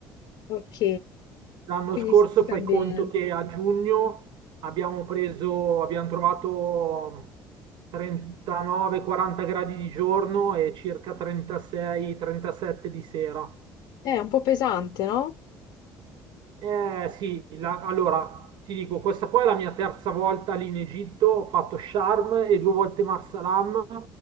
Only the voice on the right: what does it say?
L'anno
scorso
fai
conto che a giugno abbiamo preso, abbiamo trovato 39-40 gradi di giorno e circa 36-37 di sera.
Eh sì, la- allora ti dico, questa qua è la mia terza volta lì in Egitto, ho fatto Sharm e due volte Marsalam